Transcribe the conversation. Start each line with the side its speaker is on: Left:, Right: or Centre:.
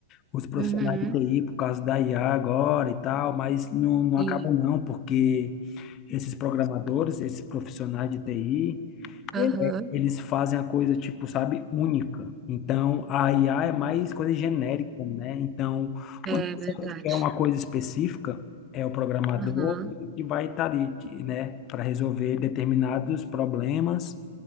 Left: os profissionais
Right: Uhum.
Left: de TI por causa da IA agora e tal, mas não, não
Right: Sim.
Left: acaba não, porque esses programadores, esses profissionais de TI,
Right: Aham.
Left: é, eles fazem a coisa, tipo, sabe, única. Então, a IA é mais coisa genérica, né? Então,
Right: É
Left: quando você
Right: verdade.
Left: quer uma coisa específica, é o programador
Right: Aham.
Left: que vai estar ali, que, né, para resolver determinados problemas,